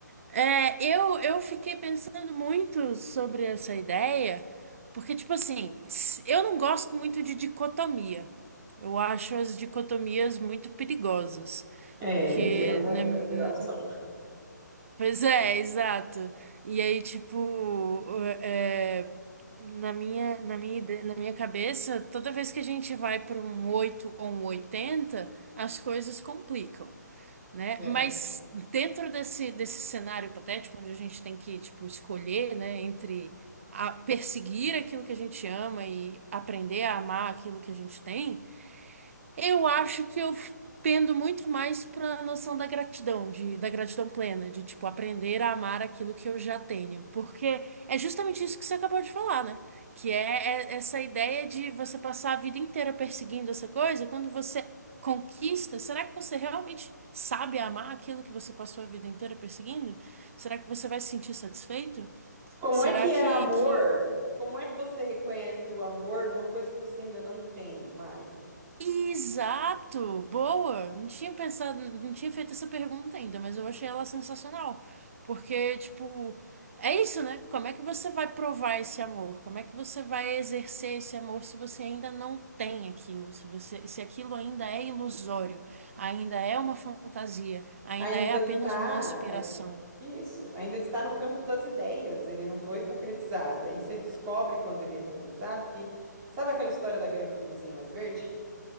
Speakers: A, on the right; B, on the right.
A: É, eu, eu fiquei pensando muito sobre essa ideia, porque, tipo assim, s- eu não gosto muito de dicotomia. Eu acho as dicotomias muito perigosas,
B: É,
A: porque,
B: em geral,
A: né,
B: é,
A: n-
B: em geral são.
A: pois é, exato. E aí, tipo, é, na minha, na minha, ide- na minha cabeça, toda vez que a gente vai para um 8 ou um 80 as coisas complicam né?
B: É.
A: Mas dentro desse, desse cenário hipotético, onde a gente tem que, tipo, escolher, né, entre a- perseguir aquilo que a gente ama e aprender a amar aquilo que a gente tem, eu acho que eu pendo muito mais para a noção da gratidão, de, da gratidão plena, de tipo aprender a amar aquilo que eu já tenho, porque é justamente isso que você acabou de falar, né? Que é, é essa ideia de você passar a vida inteira perseguindo essa coisa, quando você conquista, será que você realmente sabe amar aquilo que você passou a vida inteira perseguindo? Será que você vai se sentir satisfeito?
B: Como
A: Será
B: é que
A: que
B: era amor?
A: que
B: Como é que você reconhece o amor numa coisa que você ainda não tem mais?
A: Exato! Boa! Não tinha pensado, não tinha feito essa pergunta ainda, mas eu achei ela sensacional. Porque, tipo, é isso, né? Como é que você vai provar esse amor? Como é que você vai exercer esse amor se você ainda não tem aquilo? Se você, se aquilo ainda é ilusório, ainda é uma fantasia, ainda
B: Ainda
A: é apenas
B: está.
A: uma aspiração.
B: Isso, ainda está no campo das ideias, ele não foi concretizado. Aí você descobre quando ele é concretizado que. Sabe aquela história da grama do vizinho é mais verde?